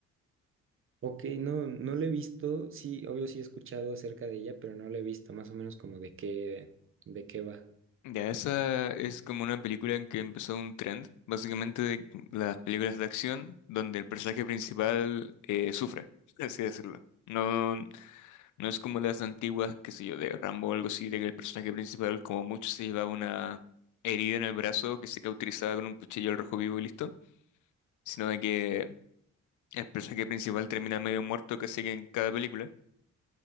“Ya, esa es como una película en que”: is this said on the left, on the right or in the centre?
Left